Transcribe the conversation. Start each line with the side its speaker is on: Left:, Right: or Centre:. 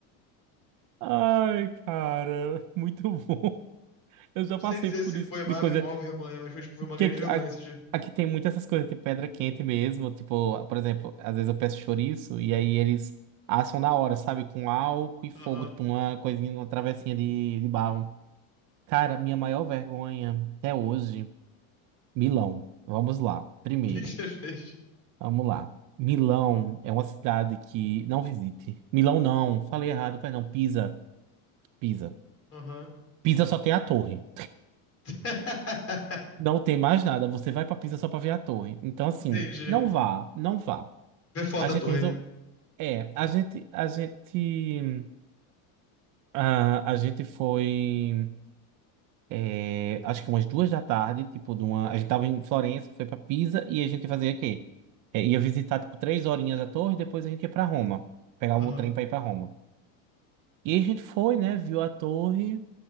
Right: Ai, cara, muito <laughs> bom. Eu já
Left: Não
Right: passei
Left: sei dizer
Right: por
Left: se
Right: isso
Left: foi
Right: tipo
Left: uma,
Right: de coisa.
Left: ver- uma vergonha, mas foi, tipo, foi uma
Right: Porque
Left: grande
Right: aqui,
Left: vergonha
Right: a-
Left: esse dia.
Right: aqui tem muitas essas coisas de pedra quente mesmo. Tipo, por exemplo, às vezes eu peço chouriço e aí eles assam na hora, sabe? Com álcool e fogo,
Left: Aham.
Right: tipo
Left: <laughs>
Right: uma coisinha, uma travessinha de, de barro. Cara, minha maior vergonha até hoje, Milão. Vamos lá, primeiro.
Left: O que que você fez?
Right: Vamos lá. Milão é uma cidade que não visite. Milão não, falei errado, perdão. Pisa, Pisa.
Left: Aham.
Right: Pisa só tem a torre.
Left: <laughs>
Right: Não tem mais nada. Você vai pra Pisa só pra ver a torre. Então, assim,
Left: Entendi.
Right: não vá, não vá.
Left: Vê foda
Right: A gente
Left: a torre,
Right: resolveu.
Left: né?
Right: É, a gente, a gente, ah, a gente foi, é, acho que umas duas da tarde, tipo, de uma, a gente tava em Florença, foi pra Pisa e a gente fazia o quê? É, ia visitar, tipo, três horinhas a torre, depois a gente ia pra Roma, pegar
Left: Aham.
Right: o trem pra ir pra Roma. E a gente foi, né, viu a torre,